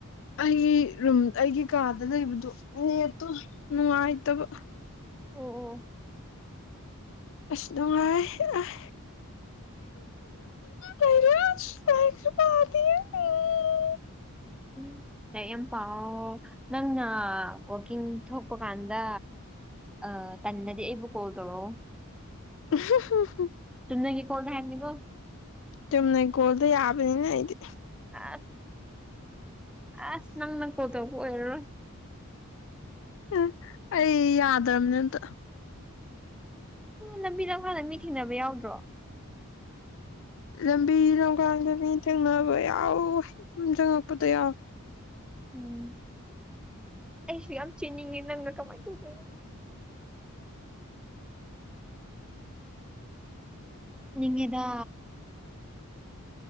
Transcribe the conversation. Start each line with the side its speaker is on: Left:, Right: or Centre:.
Left: ꯑꯩ ꯔꯨꯝ ꯑꯩꯒꯤ ꯀꯥꯗ ꯂꯩꯕꯗꯣ ꯂꯦꯠꯇꯣ ꯅꯨꯡꯉꯥꯏꯇꯕ
Centre: ꯑꯣ ꯑꯣ
Left: ꯑꯁ ꯅꯨꯡꯉꯥꯏꯌꯦ ꯑꯥꯢ
Centre: <inaudible>
Left: ꯂꯩꯔꯦ ꯑꯁ ꯂꯥꯏꯔꯤꯛꯁꯨ ꯄꯥꯗꯦ ꯎꯝ
Centre: ꯎꯝ ꯂꯥꯏꯔꯤꯛ ꯌꯥꯝ ꯄꯥꯎꯌꯣ ꯅꯪꯅ ꯋꯥꯀꯤꯡ ꯊꯣꯛꯄ ꯀꯥꯟꯗꯥ ꯑ ꯇꯟꯗꯔꯗꯤ ꯑꯩꯕꯨ ꯀꯣꯜ ꯇꯧꯔꯛ ꯑꯣ
Left: <unintelligible>
Centre: ꯆꯨꯝꯅꯒꯤ ꯀꯣꯜ ꯗ ꯍꯥꯏꯕꯅꯤꯀꯣ
Left: ꯆꯨꯝꯅꯩ ꯀꯣꯜꯗ ꯌꯥꯕꯅꯤꯅ ꯑꯩꯗꯤ
Centre: ꯑ ꯑꯁ ꯅꯪꯅ ꯀꯣꯜ ꯇꯧꯔꯛꯞ ꯑꯣꯏꯔꯔꯣꯏ
Left: ꯑꯥ ꯑꯩ ꯌꯥꯗꯕꯅꯦ ꯑꯃꯠꯇ
Centre: ꯂꯝꯕꯤ ꯂꯝꯈꯥꯡꯗ ꯃꯤ ꯊꯦꯡꯅꯕ ꯌꯥꯎꯗ꯭ꯔꯣ
Left: ꯂꯝꯕꯤ ꯂꯝꯈꯥꯡꯗ ꯃꯤ ꯊꯦꯡꯅꯕ ꯌꯥꯎꯌꯦ ꯌꯨꯝ ꯆꯪꯉꯛꯄꯗ ꯌꯥꯎꯌꯦ
Centre: ꯎꯝ ꯑꯩꯁꯨ ꯌꯥꯝ ꯆꯦꯟꯅꯤꯡꯉꯦ ꯅꯪꯅ ꯀꯃꯥꯏꯅ ꯇꯧꯗꯣꯏꯅꯣ ꯐꯨꯅꯤꯡꯉꯦꯗ